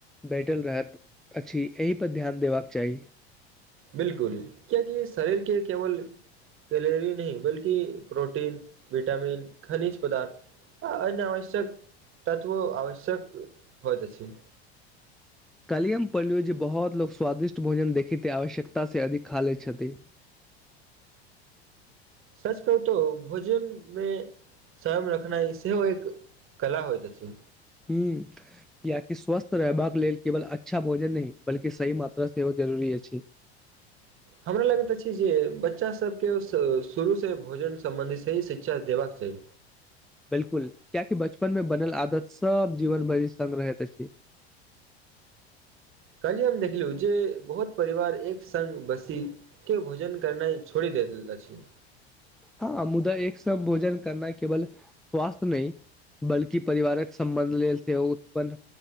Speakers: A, in the centre; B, on the right.
A: बैटल रहैत अछि, एहिपर ध्यान देबाक चाही।
B: बिलकुल कियकि शरीर के केवल कैलरी नहि, बल्कि प्रोटीन विटामिन खनिज पदार्थ आ अन्य आवश्यक तत्व आवश्यक होइत अछि।
A: कलियम पोल्यूजी बहुत लोकग स्वादिष्ट भोजन देखैत आवश्यकता से अधिक खा लैत छथि।
B: सच कहुतो भोजन मे सयम रखनाइ सेहो एक कला होइत अछि।
A: हूँ, कियकि स्वस्थ रहबाक लेल केवल अच्छा भोजन नहि, ण बल्कि सही मात्राँ सेहो जरूरी अछि।
B: हमरा लगैत अछि जे, बच्चासभके शुरूसँ भोजन सम्बन्धी सही शिक्षा देबाक चाही।
A: 'बिलकुल' कियाकि बचपन मे बनल आदत सब जीवन भरि संगग्रहैत अछि।
B: कहलिय हम देखलहु जे, बहुत परिवार एक सङ्ग बसीके भोजन करनाइ छोड़ि दैत अछि।
A: हँ मुदा एक सम भोजन करना केवल स्वास्थ। नहि बल्कि परिवारक समबन्ध लेल से ओ उत्पन्न